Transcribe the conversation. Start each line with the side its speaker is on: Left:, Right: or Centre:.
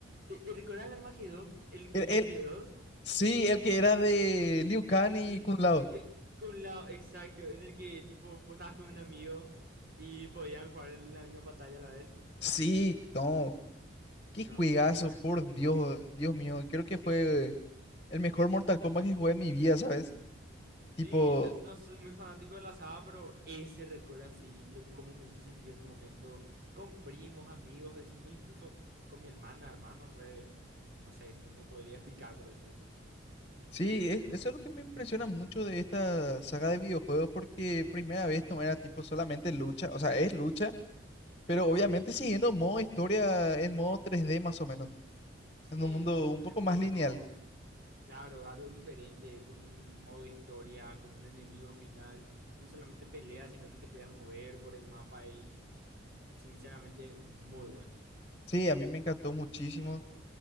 Right: ¿Te, te recordás el Armagedón? El
Left: El,
Right: que era
Left: el-
Right: entre dos.
Left: sí, el que era de Liu Kang y
Right: El,
Left: Kung Lao.
Right: el que, con la, exacto, en el que tipo vos estabas con un amigo y podían jugar en la misma pantalla a la vez.
Left: Sí,
Right: No,
Left: no, qué
Right: no,
Left: juegazo,
Right: qué locura.
Left: por Dios, Dios mío. Creo que fue el mejor Mortal Kombat que jugué en mi vida, ¿sabes? Tipo,
Right: Sí, yo no soy muy fanático de la asada, pero ese recuerdo así, lo, cómo me hizo sentir en el momento, con primos, amigos, vecinos, incluso con mi hermana, hermano, fue, no sé, no, no podría explicar, por así decir.
Left: Sí, es- eso es lo que me impresiona mucho de esta saga de videojuegos porque primera vez no era tipo solamente lucha, o sea, es lucha, pero
Right: Sí,
Left: obviamente
Right: obvio.
Left: siguiendo modo historia en modo 3D más o menos,
Right: Sí,
Left: en un mundo
Right: un
Left: un poco
Right: entorno,
Left: más lineal.
Right: claro, algo diferente, con un modo historia, con un enemigo final, no solamente peleas, sino que te podías mover por el mapa y, sinceramente, muy bueno.
Left: Sí, a mí me encantó muchísimo